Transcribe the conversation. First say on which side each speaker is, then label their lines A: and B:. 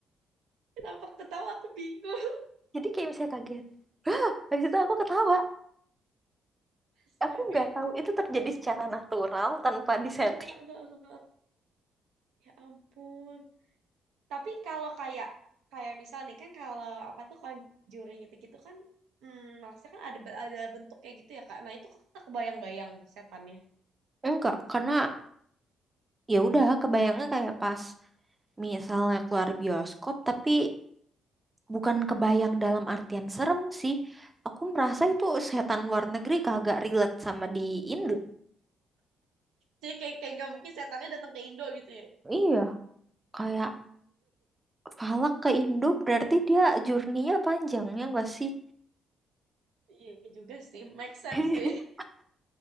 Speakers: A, on the right; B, on the right.
A: kenapa ketawa aku bingung
B: Jadi kayak misalnya kaget, habis itu aku ketawa.
A: <laughs> astaga
B: Aku nggak tahu itu terjadi secara natural tanpa disetting.
A: <laughs> ya ampun Tapi kalau kayak kayak misal nih kan kalau apa tuh conjuring gitu-gitu kan hmm, maksudnya kan ada ada bentuk kayak gitu ya Kak. Nah, itu Kakak kebayang-bayang setannya.
B: Enggak, karena ya udah kebayangnya kayak pas Misalnya keluar bioskop, tapi bukan kebayang dalam artian serem sih. Aku merasa itu setan luar negeri kagak relate sama di Indo.
A: Jadi kayak kayak nggak mungkin setannya datang ke Indo gitu ya.
B: Iya, kayak Falak ke Indo berarti dia journey-nya panjang ya nggak sih?
A: Iya juga sih, make sense
B: <laughs>
A: sih. <laughs>